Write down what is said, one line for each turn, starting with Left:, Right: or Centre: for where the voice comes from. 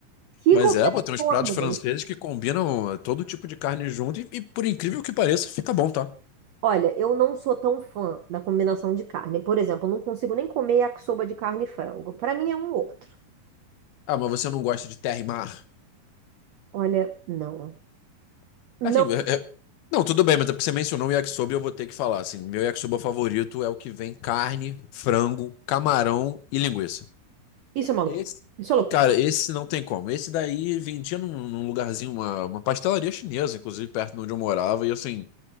Right: Que
Left: Mas
Right: combinação
Left: é, pô, tem uns pratos
Right: harmônica!
Left: franceses que combinam é, todo tipo de carne junto e, e, por incrível que pareça, fica bom, tá?
Right: Olha, eu não sou tão fã da combinação de carne. Por exemplo, eu não consigo nem comer yakisoba de carne e frango. Para mim é um ou outro.
Left: Ah, mas você não gosta de terra e mar?
Right: Olha, não. Não,
Left: Assim, é- é- não, tudo bem, mas é porque você mencionou o yakisoba e eu vou ter que falar, assim, meu yakisoba favorito é o que vem carne, frango, camarão e linguiça.
Right: isso é maluquice.
Left: Esse,
Right: Isso é loucura.
Left: cara, esse não tem como. Esse daí vendia num, num lugarzinho, uma, uma pastelaria chinesa, inclusive, perto de onde eu morava, e assim,